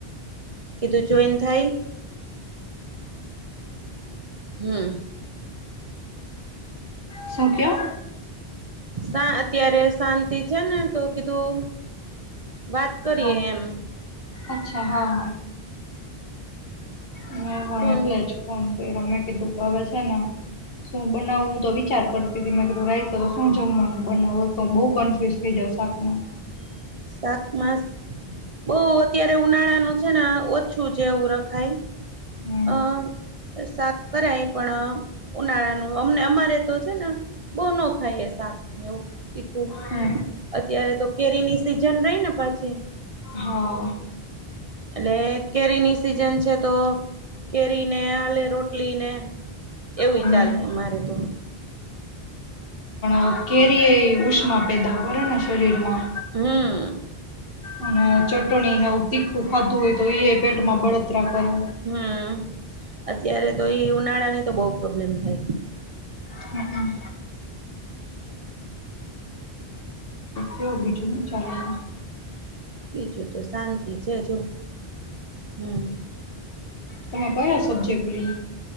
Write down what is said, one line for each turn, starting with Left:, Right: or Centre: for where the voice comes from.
Right: કીધું જોઈન થાય હમ.
Left: શું કયો?
Right: સાં અત્યારે શાંતિ છે ને તો કીધું. વાત કરીએ
Left: હા,
Right: એમ
Left: અચ્છા હા હ. હ, પણ
Right: શું
Left: એટલે જ પણ. અમેં કીધું કે અવે છે, ને શું બનાવું હું તો વિચાર કરતી હતી મેં કીધું તો શું જમવાનું બનાવું બો કન્ફ્યુઝ થઈ જાવ શાકમાં.
Right: શાકમાં બો અત્યારે ઉનાળાનું છે ને ઓછું છે એવું રખાય
Left: હમ
Right: અ, શાક કરાય પણ ઉનાળાનું અમને અમારે તો છે ને બો ન ખાય એ શાક ને એવું તીખું.
Left: હમ
Right: અત્યારે તો કેરીની <unintelligible> રહી ને પાછી.
Left: હા
Right: એટલે કેરીની સિઝન છે, તો કેરીને આલે, રોટલીને એવું
Left: હમ
Right: ચાલે અમારે તો.
Left: અ કેરી એ ઉષ્માં પેદા કરે ને. શરીરમાં
Right: હ અ
Left: અને ચટણી ને એવુ તીખું ખાધું હોય તો એ પેટમાં બળતરા કરે.
Right: હમ અત્યારે તો ઈ ઉનાળા ની તો બો પ્રોબ્લેમ થાય.
Left: હમમ શું બીજું હું ચાલે?
Right: બીજું તો શાંતિ છે. જો હમ.
Left: તમે કયો સબ્જેક્ટ લી.